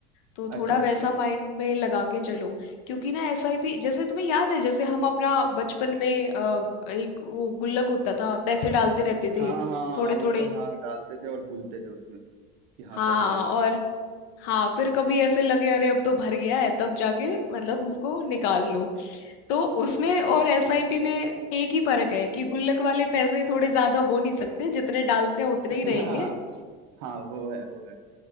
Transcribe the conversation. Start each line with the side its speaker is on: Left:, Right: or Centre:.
Left: तो थोड़ा
Right: अच्छा अच्छा
Left: वैसा
Right: अच्छा
Left: माइंड में लगा के चलो क्योंकि ना एसआईपी जैसे तुम्हें याद है जैसे हम अपना बचपन में अ, एक वो गुल्लक होता था पैसे डालते रहते थे
Right: हाँ हाँ
Left: थोड़े
Right: वो
Left: थोड़े
Right: तो हाँ डालते थे और भूलते थे उसमें कि हाँ
Left: हाँ
Right: पैसे डाल
Left: और
Right: रखे हैं
Left: हाँ फिर कभी ऐसे लगे अरे अब तो भर गया है तब जाके मतलब उसको निकाल लो तो उसमें और
Right: Yeah.
Left: एसआईपी में एक ही फर्क है कि गुल्लक वाले पैसे थोड़े ज्यादा हो नहीं सकते जितने डालते हैं उतने
Right: <laughs>
Left: ही रहेंगे
Right: हाँ वो है वो है